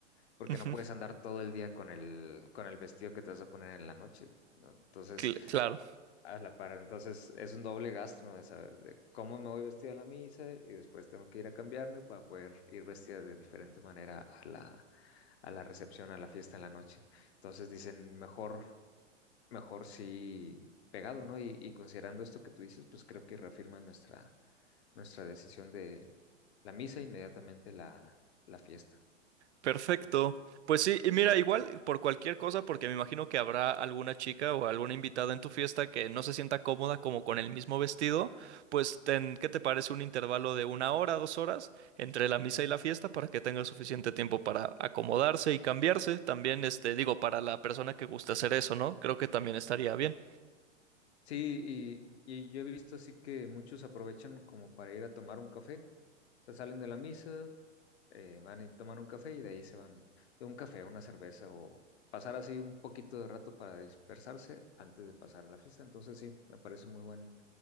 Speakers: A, on the left; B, on the right.
A: porque
B: <laughs> Ujú,
A: no puedes andar todo el día con el, con el vestido que te vas a poner en la noche, ¿no? Entonces,
B: cl- claro.
A: a a la par, entonces es un doble gasto, ¿no? De saber de cómo me voy vestida a la misa y después tengo que ir a cambiarme para poder ir vestida de diferente manera a la, a la recepción, a la fiesta en la noche. Entonces dicen, mejor, mejor sí pegado, ¿no? Y, y considerando esto que tú dices, pues creo que reafirma nuestra, nuestra decisión de la misa e inmediatamente la, la fiesta.
B: Perfecto. Pues sí, y mira, igual por cualquier cosa, porque me imagino que habrá alguna chica o alguna invitada en tu fiesta que no se sienta cómoda como con el mismo vestido, pues ten, ¿qué te parece un intervalo de una hora, dos horas entre la misa y la fiesta para que tenga suficiente tiempo para acomodarse y cambiarse? También, este, digo, para la persona que gusta hacer eso, ¿no? Creo que también estaría bien.
A: Sí, y, y yo he visto así que muchos aprovechan como para ir a tomar un café. O sea, salen de la misa, eh, van y toman un café y de ahí se van a un café, una cerveza o pasar así un poquito de rato para dispersarse antes de pasar a la fiesta. Entonces sí, me parece muy buen,